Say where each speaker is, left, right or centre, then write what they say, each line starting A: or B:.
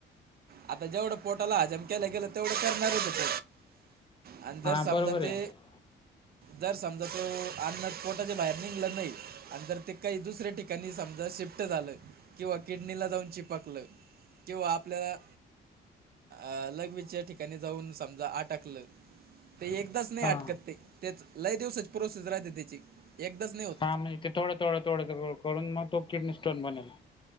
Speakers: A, on the right; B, on the left.
A: आता जेवढं पोटाला हजम केलं गेलं तेवढं करणारच होत. आणि जर
B: हां
A: समजा
B: बरोबर आहे
A: ते जर समजा तो अन्न पोटाच्या बाहेर निघलं नाही आणिं जर ते काही दुसऱ्या टि ठिकाणी समजा शिफ्ट झालं, किंवा किडनीला जाऊन चिपकलं, किंवा आपल्याला अ लघवीच्या ठिकाणी जाऊन समजा आटकलं, ते एकदाच नाही
B: हां
A: आटकत ते. तेच लय दिवसची प्रोसेस राहत्या त्याची. एकदाच नाही होत.
B: हा म्हणजे ते थोडं थोड थोडं करून मग तो किडनी स्टोन बनेल.